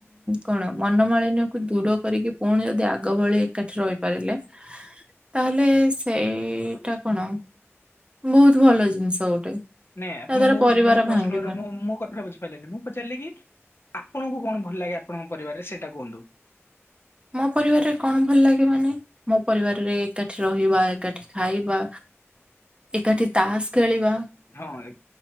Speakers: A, on the right (about 20°); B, on the left (about 55°).
A: କଣ ମନମାଳିନ୍ୟକୁ ଦୂର କରିକି ପୁଣି ଯଦି ଆଗ ଗ ଭଳି ଏକାଠି ରହିପାରିଲେ ତାହେଲେ ସେଇଟା କଣ ବହୁତ ଭଲ ଜିନିଷ ଗୋଟେ।
B: ନାଇଁ ଆପଣ
A: ତା ଦ୍ଵାରା
B: ମୁଁ
A: ପରିବାର
B: ମୋ ପ୍ରଶ୍ନରେ
A: ଭାଙ୍ଗିବନି।
B: ମୁ ମୋ କଥା ବୁଝିପାଇଲେନି ମୁଁ ପଚାରିଲି କି ଆପଣଙ୍କୁ କଣ ଭଲ ଲାଗେ? ଆପଣଙ୍କ ପରିବାରରେ ସେଇଟା କୁହନ୍ତୁ।
A: ମୋ ପରିବାରରେ କଣ ଭଲ ଲାଗେ ମାନେ ମୋ ପରିବାରରେ ଏକାଠି ରହିବା ଏକାଠି ଖାଇବା ଏକାଠି ତାସ୍ ଖେଳିବା
B: ହଁ ସେଇ